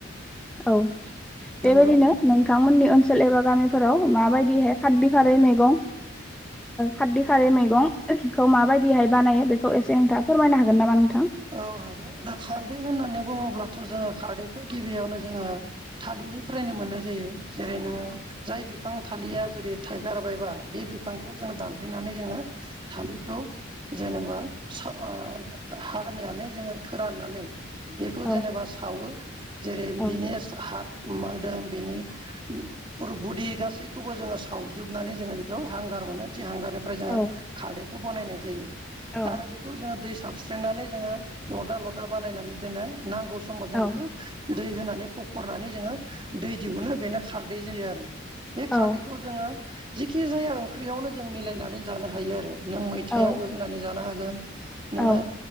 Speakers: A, in the centre; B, on the right.
A: औ
B: नंगौ
A: बेबायदिनो नोंथांमोननि ओनसोल एबा गामिफोराव माबायदिहाय खारदि खारै मैगं खारदि खारै मैगं खौ माबायदिहाय बानायो बेखौ एसे नोंथाङा फोरमायनो हागोन नामा नोंथां
B: औ हागोन दा खारदै होननानै बुङोब्लाथ' जोङो खारदैखौ गिबियावनो जोङो थालिरनिफ्रायनो मोननाय जायो जेरै नोङो जाय बिफां थालिरया जुदि थाइगार बायबा बे बिफांखौ जोङो दानफैनानै जोङो थालिरखौ जेनेबा सा आ हा फाननानै जोङो फोराननानै बेखौ
A: औ
B: जेनेबा सावो जेरै
A: औ
B: <unintelligible> हा मोदोम बेनि फुल बदि गासैखौबो जोङो सावजोबनानै जोङो बेखौ हांगार खालामो जि हांगारनिफ्राय जोंङो
A: औ
B: खारदैखौ बनायनाय जायो
A: औ
B: आरो बेखौ जोङो दै साबस्रिनानै ओ लदा लदा बानायनानै दोनो नांगौ समाव जों
A: औ
B: बेखौ दै होनानै फखरनानै जोङो दै दिहुननो बेनो खारदै जायो आरो बे
A: औ
B: खारदैखौ जोङो जिखि जाया ओंख्रियावनो जों मिलायनानै जानो हायो आरो नों मैथायावबो
A: औ
B: होनानै जानो हागोन नोङो
A: औ